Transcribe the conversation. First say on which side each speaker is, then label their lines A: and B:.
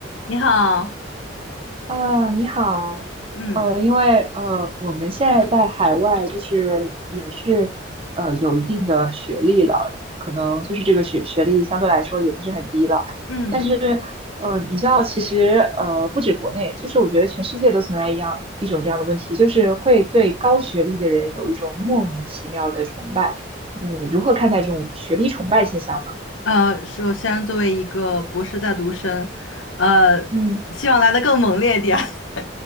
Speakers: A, on the left; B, on the right.
A: 你好，
B: 啊，你好，
A: 嗯
B: 呃，因为呃，我们现在在海外，就是也是呃有一定的学历了，可能就是这个学学历相对来说也不是很低了，
A: 嗯，
B: 但是呃，你知道，其实呃，不止国内，就是我觉得全世界都存在一样一种这样的问题，就是会对高学历的人有一种莫名其妙的崇拜。你如何看待这种学历崇拜现象呢？
A: 呃，首先作为一个博士在读生，呃，
B: 嗯，
A: 希望来的更猛烈一点。<laughs>